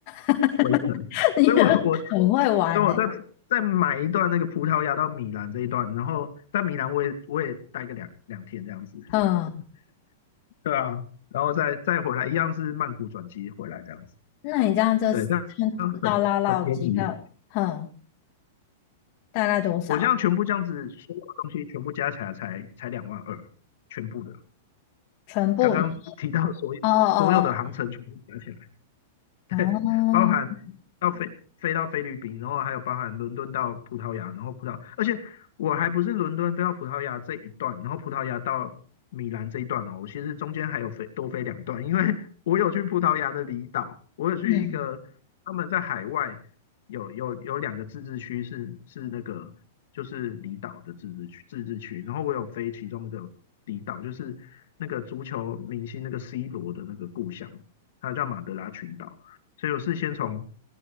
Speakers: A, on the left (about 45°); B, on the left (about 70°).
A: <laughs>
B: 回程，
A: 你
B: 所以我我所
A: 很会玩呢。
B: 以我在。再买一段那个葡萄牙到米兰这一段，然后在米兰我也我也待个两两天这样子。
A: 嗯，
B: 对啊，然后再再回来，一样是曼谷转机回来这样子，
A: 那你这样这次这样绕绕绕机票，
B: 对，那很便宜。
A: 哼、大概多少？
B: 我这样全部这样子，所有东西全部加起来才才两万二，全部的。
A: 全部一？
B: 刚刚提到所有所有的航程全部加起来，
A: 哦哦
B: <laughs> 对，
A: 哦哦，
B: 包含要飞飞到菲律宾，然后还有包含伦敦到葡萄牙，然后葡萄，而且我还不是伦敦飞到葡萄牙这一段，然后葡萄牙到米兰这一段哦，我其实中间还有飞多飞两段，因为 <laughs> 我有去葡萄牙的离岛，我有去一个他们在海外有有有两个自治区是是那个就是离岛的自治区自治区，
A: 嗯
B: 然后我有飞其中一个离岛，就是那个足球明星那个 C 罗的那个故乡，它叫马德拉群岛。所以我是先从